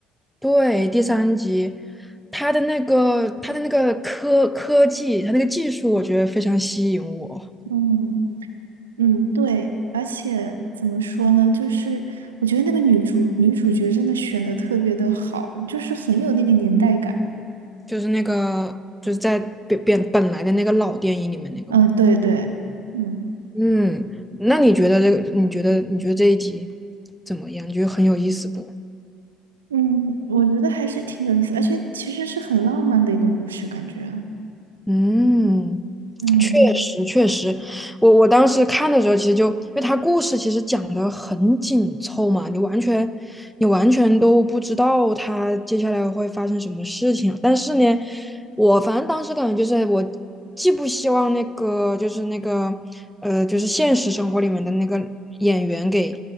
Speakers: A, in the centre; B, on the right.
A: 对，第三集，他的那个他的那个科科技，他那个技术，我觉得非常吸引我，
B: 嗯嗯，对，而且怎么说呢，就是我觉得那个女主女主角真的选的特别的好，就是很有那个年代感。
A: 就是那个就是在本本本来的那个老电影里面那个嘛。
B: 嗯、对对，嗯
A: 嗯，那你觉得这个？你觉得你觉得这一集怎么样？你觉得很有意思不？
B: 嗯，我觉得还是挺有意思，而且其实是很浪漫的一个故事，感觉。
A: 嗯，
B: 嗯。
A: 确实，确实，我我当时看的时候，其实就因为它故事其实讲的很紧凑嘛，你完全你完全都不知道它接下来会发生什么事情。但是呢，我反正当时感觉就是我既不希望那个就是那个呃就是现实生活里面的那个演员给